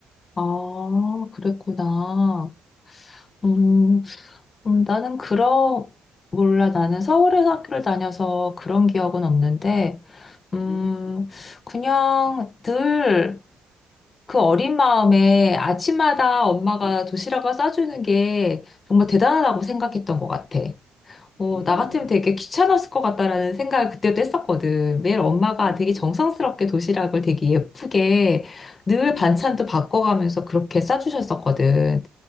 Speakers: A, on the left (about 40°); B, on the left (about 75°).
A: 아, 그랬구나. 음, 음, 나는 그런, 몰라. 나는 서울에서 학교를 다녀서 그런 기억은 없는데, 음,
B: 음,
A: 그냥 늘, 그 어린 마음에 아침마다 엄마가 도시락을 싸주는 게 정말 대단하다고 생각했던 것 같아. 어,
B: 음,
A: 나 같으면 되게 귀찮았을 것 같다라는 생각을 그때도 했었거든. 매일 엄마가
B: 음,
A: 되게 정성스럽게 도시락을 되게 예쁘게 늘
B: 음,
A: 반찬도 바꿔가면서 그렇게 싸주셨었거든.